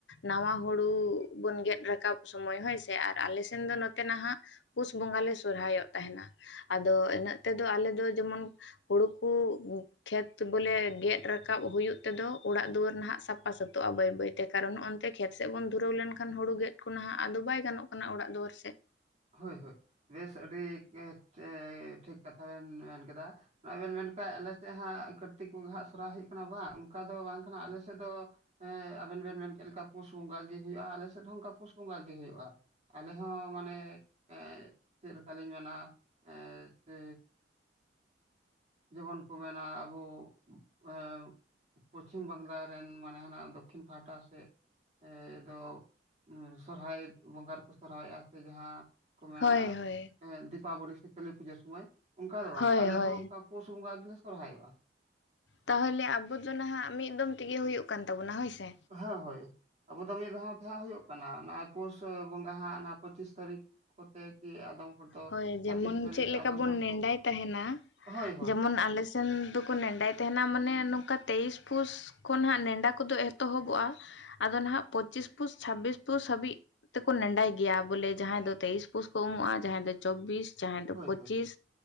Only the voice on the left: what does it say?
ᱱᱟᱣᱟ ᱦᱩᱲᱩ ᱵᱚᱱ ᱜᱮᱫ ᱨᱟᱠᱟᱵ ᱥᱚᱢᱚᱭ ᱦᱳᱭᱥᱮ, ᱟᱨ ᱟᱞᱮ ᱥᱮᱱ ᱫᱚ ᱱᱚᱛᱮ ᱱᱟᱦᱟᱸᱜ ᱯᱩᱥ ᱵᱚᱸᱜᱟ ᱞᱮ ᱥᱚᱨᱦᱟᱭᱚᱜ ᱛᱟᱦᱮᱸᱱᱟ ᱟᱫᱚ ᱤᱱᱟᱹᱜ ᱛᱮᱫᱚ ᱟᱞᱮ ᱫᱚ ᱡᱮᱢᱚᱱ ᱦᱩᱲᱩ ᱠᱩ ᱩᱸ ᱠᱷᱮᱛ ᱵᱚᱞᱮ ᱜᱮᱫ ᱨᱟᱠᱟᱵ ᱦᱩᱭᱩᱜ ᱛᱮᱫᱚ ᱚᱲᱟᱜ ᱫᱩᱣᱟᱹᱨ ᱱᱟᱦᱟᱸᱜ ᱥᱟᱯᱟ ᱥᱟᱹᱛᱚᱜᱼᱟ ᱵᱟᱹᱭ ᱵᱟᱹᱭ ᱛᱮ ᱠᱟᱨᱚᱱ ᱚᱱᱛᱮ ᱠᱷᱮᱛ ᱥᱮᱫ ᱵᱚᱱ ᱫᱷᱩᱨᱟᱹᱣ ᱞᱮᱱᱠᱷᱟᱱ ᱦᱩᱲᱩ ᱜᱮᱫ ᱠᱚ ᱱᱟᱦᱟᱸᱜ ᱟᱫᱚ ᱵᱟᱭ ᱜᱟᱱᱚᱜ ᱠᱟᱱᱟ ᱚᱲᱟᱜ ᱫᱩᱣᱟᱹᱨ ᱥᱮᱫ᱾
ᱦᱳᱭ ᱦᱳᱭ
ᱦᱳᱭ
ᱦᱳᱭ
ᱛᱟᱦᱚᱞᱮ ᱟᱵᱚ ᱫᱚ ᱱᱟᱦᱟᱸᱜ ᱢᱤᱫ ᱫᱚᱢ ᱛᱮᱜᱮ ᱦᱩᱭᱩᱜ ᱠᱟᱱ ᱛᱟᱵᱚᱱᱟ ᱦᱳᱭᱥᱮ᱾
ᱦᱳᱭ
ᱡᱮᱢᱚᱱ
ᱪᱮᱫ ᱞᱮᱠᱟ
ᱵᱚᱱ
ᱱᱮᱰᱟᱭ
ᱛᱟᱦᱮᱱᱟ
ᱡᱮᱢᱚᱱ ᱟᱞᱮ ᱥᱮᱱ ᱫᱚᱠᱚ ᱱᱮᱸᱰᱟᱭ ᱛᱟᱦᱮᱱᱟ ᱢᱟᱱᱮ ᱱᱚᱝᱠᱟ ᱛᱮᱭᱤᱥ ᱯᱩᱥ ᱠᱷᱚᱱ ᱦᱟᱸᱜ ᱱᱮᱰᱟ ᱠᱚᱫᱚ ᱮᱛᱚᱦᱚᱵᱚᱜ-ᱟ ᱟᱫᱚ ᱱᱟᱜ ᱯᱚᱸᱪᱤᱥ ᱯᱩᱥ ᱪᱷᱟᱵᱵᱤᱥ ᱯᱩᱥ ᱦᱟᱹᱵᱤᱡ ᱛᱮᱠᱚ ᱱᱮᱰᱟᱭ ᱜᱮᱭᱟ ᱵᱚᱞᱮ ᱡᱟᱦᱟᱸᱭ ᱫᱚ ᱛᱮᱭᱤᱥ ᱯᱩᱥ ᱠᱚ ᱩᱢᱩᱜ-ᱟ ᱡᱟᱦᱟᱸᱭ ᱫᱚ ᱪᱚᱵᱵᱤᱥ ᱡᱟᱦᱟᱭ ᱫᱚ
ᱯᱚᱸᱪᱤᱥ